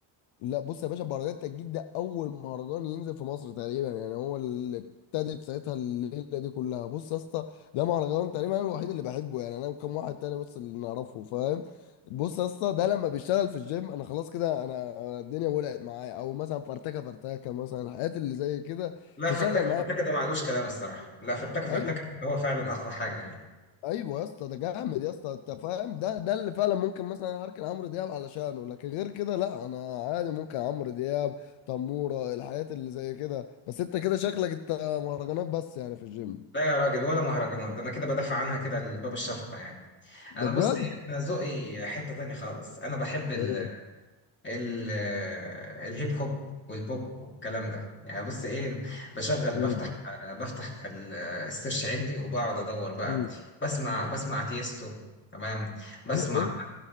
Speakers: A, on the left (about 75°); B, on the left (about 25°).
A: لا بص يا باشا مهرجان التجديد ده اول مهرجان ينزل في مصر تقريبا يعني هو اللي ابتدت ساعتها الليله دي كلها بص يا اسطى ده مهرجان تقريبا انا الوحيد اللي بحبه يعني انا وكم واحد تاني بس اللي نعرفه فاهم بص يا اسطى ده لما بيشتغل في الجيم انا خلاص كده انا أنا الدنيا ولعت معايا او مثلا فرتكه فرتكه مثلا الحاجات اللي زي كده
B: لا
A: تشغل
B: فرتكه
A: معايا
B: فرتكه ده معلوش كلام الصراحه لا فرتكه فرتكه
A: ايوه
B: ده هو فعلا اقوى حاجه يعني
A: ايوه يا اسطى ده جامد يا اسطى انت فاهم ده ده اللي فعلا ممكن مثلا اركن عمرو دياب علشانه لكن غير كده لا انا عادي ممكن عمرو دياب تموره الحاجات اللي زي كده بس انت كده شكلك انت مهرجانات بس يعني في الجيم
B: لا يا راجل ولا مهرجانات ده انا كده بدافع عنها كده لباب الشفقه يعني انا
A: ده بجد
B: بص ايه انا ذوقي حته تاني خالص انا بحب ال
A: ايه
B: ال- الهيب هوب والبوب والكلام ده يعني بص ايه بشغل
A: ايه
B: بفتح
A: ده
B: بفتح ال- السيرش عندي وبقعد ادور بقى
A: مم.
B: بسمع بسمع تيستو تمام بسمع
A: ايه ايه